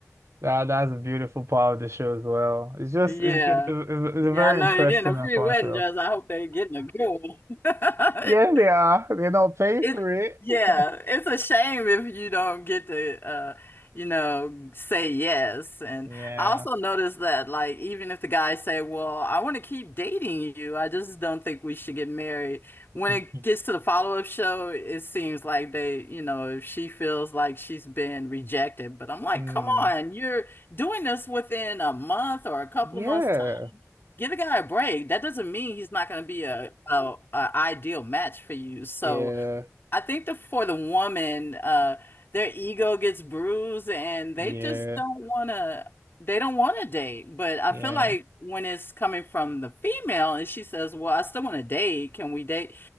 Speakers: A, on the right; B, on the left.
A: that that's a beautiful part of the show as well. It's just
B: Yeah.
A: it's, it's, it's it's
B: Yeah,
A: a very
B: I know
A: interesting
B: you're getting a free
A: and fun
B: wedding
A: show.
B: dress. I hope they're getting a good one. <laughs>
A: Yeah, they are. They're not paying
B: It
A: for it.
B: yeah,
A: <laughs>
B: it's a shame if you don't get to uh, you know, say yes. And
A: Yeah.
B: I also noticed that like even if the guys say, "Well, I want to keep dating you. I just don't think we should get married." When
A: <laughs>
B: it gets to the follow-up show, it seems like they, you know, if she feels like she's been rejected, but I'm like,
A: Mm.
B: "Come on, you're doing this within a month or a couple
A: Yeah.
B: of months time. Give the guy a break. That doesn't mean he's not going to be a, a, a ideal match for you." So
A: Yeah.
B: I think the for the woman, uh, their ego gets bruised and they
A: Yeah.
B: just don't wanna they don't wanna date. But I
A: Yeah.
B: feel like when it's coming from the female and she says, Well, I still wanna date, can we date?